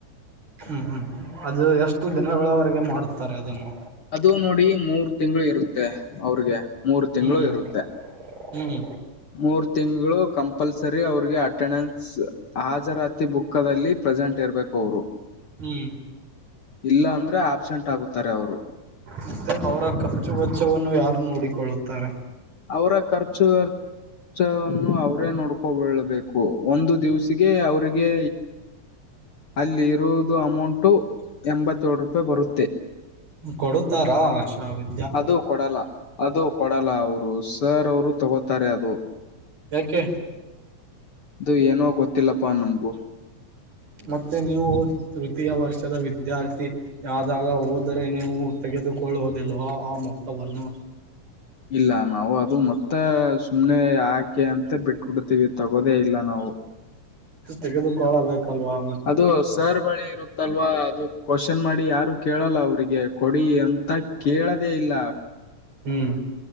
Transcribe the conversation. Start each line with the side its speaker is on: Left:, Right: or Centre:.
Right: ಹ್ಮ್ ಹ್ಮ್ ಅದು ಎಷ್ಟು ದಿನಗಳವರೆಗೆ ಮಾಡುತ್ತಾರೆ ಅದನ್ನು
Left: ಅದು ನೋಡಿ ಮೂರ್ ತಿಂಗಳು ಇರುತ್ತೆ ಅವ್ರಿಗೆ ಮೂರು ತಿಂಗಳು
Right: ಹ್ಮ್
Left: ಇರುತ್ತೆ
Right: ಹ್ಮ್
Left: ಮೂರ್ ತಿಂಗಳು ಕಂಪಲ್ಸರಿ ಅವ್ರಿಗೆ ಅಟೆಂಡೆನ್ಸ್ ಹಾಜರಾತಿ ಬುಕ್ಕದಲ್ಲಿ ಪ್ರೆಸೆಂಟ್ ಇರ್ಬೇಕು ಅವರು
Right: ಹ್ಮ್
Left: ಇಲ್ಲ ಅಂದ್ರೆ ಆಬ್ಸೆಂಟ್ ಆಗುತ್ತಾರೆ ಅವರು
Right: ಮತ್ತೆ ಅವರ ಖರ್ಚು ವೆಚ್ಚವನ್ನು ಯಾರು ನೋಡಿಕೊಳ್ಳುತ್ತಾರೆ
Left: ಅವ್ರ ಖರ್ಚು ಹೆಚ್ಚವನ್ನು ಅವ್ರೇ ನೋಡ್ಕೊಬಳ್ಬೇಕು ಒಂದು ದಿವ್ಸಿಗೆ ಅವ್ರಿಗೆ ಅಲ್ಲಿ ಇರುವುದು ಅಮೌಂಟು ಎಂಬತ್ತೇಳು ರೂಪಾಯಿ ಬರುತ್ತೆ
Right: ಕೊಡುತ್ತಾರಾಷಾವಿದ
Left: ಅದು ಕೊಡಲ್ಲ ಅದು ಕೊಡಲ್ಲ ಅವರು ಸರ್ ಅವರು ತಗೋತಾರೆ ಅದು
Right: ಯಾಕೆ
Left: ಅದು ಏನೋ ಗೊತ್ತಿಲ್ಲಪ್ಪಾ ನಮ್ಗು
Right: ಮತ್ತೆ ನೀವು ತೃತೀಯ ವರ್ಷದ ವಿದ್ಯಾರ್ಥಿ ಯ್ದಾಗ ಹೋದರೆ ನೀವು ತೆಗೆದುಕೊಳ್ಳುವೋದಿಲ್ವಾ ಆ ಮೊತ್ತವನ್ನು
Left: ಇಲ್ಲ ನಾವು ಅದು ಮತ್ತ ಸುಮ್ನೆ ಹಾಕಿ ಅಂತ ಬಿಟ್ಬಿಡ್ತೀವಿ ತಗೋದೇ ಇಲ್ಲ ನಾವು
Right: ತೆಗೆದುಕೋಳಬೇಕಲ್ವಾ
Left: ಅದು ಸರ್ ಬಳಿ ಇರುತ್ತಲ್ವಾ ಅದು ಕ್ವಶನ್ ಮಾಡಿ ಯಾರು ಕೇಳಲ್ಲ ಅವ್ರಿಗೆ ಕೊಡಿ ಅಂತ ಕೇಳದೇ ಇಲ್ಲ
Right: ಹ್ಮ್